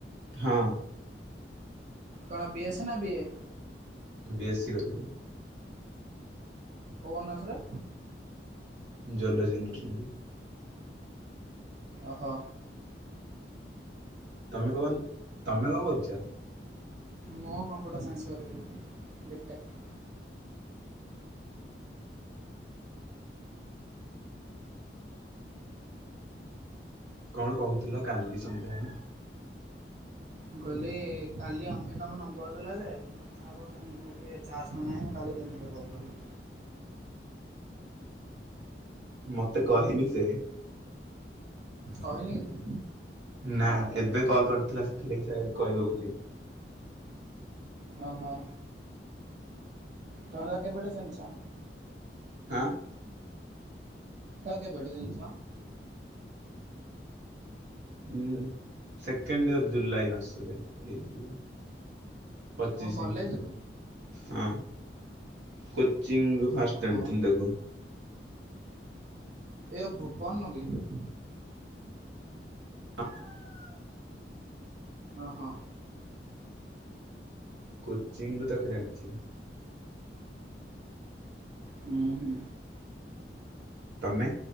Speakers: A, on the right; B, on the right.
A: ହଁ।
B: କଣ ବିଏସ ନା ବିଏ?
A: ବି ଏସ୍ ସି କରିିବି।
B: କୋଉ ଅନର୍ସରେ?
A: ଜୁ ଲଜି ଅନର୍ସ।
B: ଓହୋ।
A: ତମେ କ ତମେ କଣ କରୁଛ?
B: ମୁଁ କମ୍ପ୍ୟୁଟର ସାଇନ୍ସ କରିବି ବିଟେକ୍।
A: କଣ କହୁଥିଲ କାଲି ସନ୍ଧ୍ୟା ହେ
B: ମୁଁ କହିଲି କାଲି ଅମୀ ତମ ନମ୍ବର ଦେଲା ଯେ କଥାପା କଣ କହିଲେ ଚାର୍ଜ ନ ନହିଁ ମୁଁ କାଲି ଦିନରେ କଲ କରିବି
A: ମତେ କହିନି ସେ
B: କହିନି କିଛି
A: ନା ଏବେ କଲ୍ କରିଥିଲା ସେଥିଲାଗି ସେ କହିବ ବୋଲି
B: ଓହୋ ତା କେବେତୂ ଚିହ୍ନୁଚ?
A: ହଁ
B: ତାକୁ କେବେଠୁ ଚିନଚ?
A: ଉଁ ସେକେଣ୍ଡ ଇୟର ଜୁଲାଇ ମାସରେ ଏଇଯଉ ପଚିଶି
B: ଓହୋ କଲେଜରୁ
A: ହଁ କୋଚିଂ ରୁ ଫାଷ୍ଟ
B: ଓହୋ
A: ଜାଣିଥିଲି ତାକୁ।
B: ଏ ଭୁପନ ନ କି?
A: ହଫ
B: ଓହୋ
A: କୋଚିଂ ରୁ ତାକୁ ଜାଣିଛି
B: ହୁଁ ହୁଁ
A: ତମେ